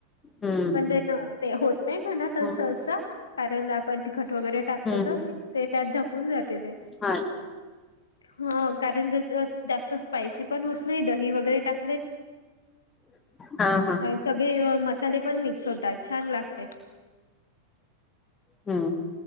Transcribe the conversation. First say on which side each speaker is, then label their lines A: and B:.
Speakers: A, on the left (about 20°); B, on the left (about 70°).
A: हम्म
B: पण ना ते होत नाही म्हणा तसं
A: हो
B: असं कारण आपण. खट वगैरे टाकतो
A: हम्म
B: तर ते त्यात धकून जाते ते.
A: हा
B: ह कारण जास्त स्पायसी पण होत नाही दही वगैरे टाक.
A: हा हा.
B: आणि सगळे मसाले पण मिक्स होतात छान लागते.
A: हम्म.